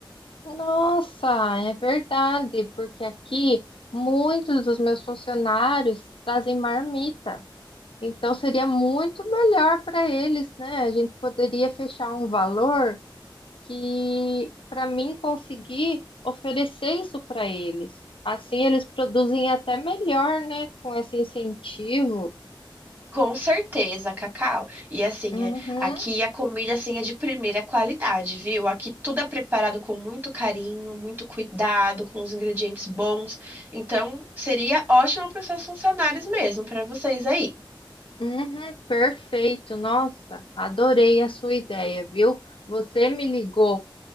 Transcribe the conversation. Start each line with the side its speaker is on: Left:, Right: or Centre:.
Left: Nossa, é verdade, porque aqui muitos dos meus funcionários trazem marmita. Então seria muito melhor para eles, né? A gente poderia fechar um valor que para mim conseguir oferecer isso para eles. Assim eles produzem até melhor, né? Com esse incentivo.
Right: Com certeza, Cacau. E assim,
Left: Uhum,
Right: é, aqui a comida assim é de primeira qualidade, viu? Aqui tudo é preparado com muito carinho, muito cuidado, com os ingredientes bons. Então, seria ótimo para os seus funcionários mesmo, para vocês aí.
Left: uhum, perfeito. Nossa, adorei a sua ideia, viu? Você me ligou